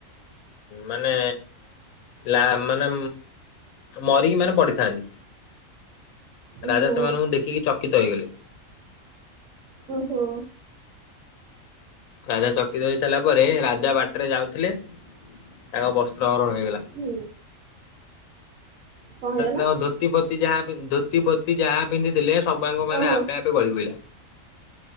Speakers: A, on the left; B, on the right.
A: ମାନେ ଲା ମାନେ ମରିକି ମାନେ ପଡିଥାନ୍ତି।
B: ଓହୋ
A: ରାଜା ସେମାନଙ୍କୁ ଦେଖିକି ଚକିତ ହେଇଗଲେ।
B: ଓହୋ।
A: ରାଜା ଚକିତ ହେଇ ସାରିଲା ପରେ ରାଜା ବାଟରେ ଯାଉଥିଲେ ତାଙ୍କ ବସ୍ତ୍ର ହରଣ ହେଇଗଲା।
B: ହୁଁ। କଣ ହେଇଗଲା
A: ତା ଧୋତି ଫୋତି ଯା ଧୋତି ଫୋତି ଯାହା ପିନ୍ଧିଥିଲେ ସବୁଯାଙ୍କ ମାନେ
B: ଓହୋ
A: ଆପେ ଆପେ ଗଳି ପଇଲା।